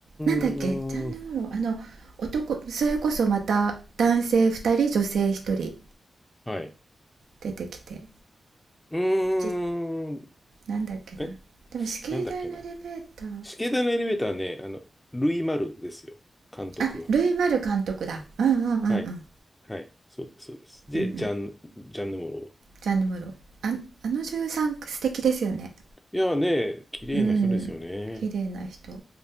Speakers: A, on the right; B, on the left.
A: なんだっけジャンヌ・
B: ん。は
A: モローあの男それこそまた男性2人女性1人
B: い。
A: 出てきて
B: うーん。
A: じなんだっけなでも死刑台のエレベー
B: え、なんだっけな。死刑台のエレベーターはね、あの、ルイ・マルですよ。監督は。
A: ターあルイ・マル監督だうんうんうんうんうんうん
B: はい。はい。そうです、そうです。で、
A: うん
B: ジャン、ジャンヌ・ムロ
A: ジャンヌ・
B: ですね。
A: モローああの女優さん素敵ですよね
B: いやーね、綺麗な人ですよね。
A: うん綺麗な人あ